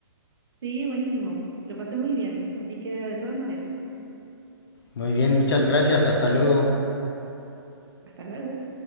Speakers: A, on the right; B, on the left.
A: Sí, buenísimo. Lo pasé muy bien. Así que, de todas maneras,
B: Muy bien, muchas gracias, hasta luego.
A: hasta luego.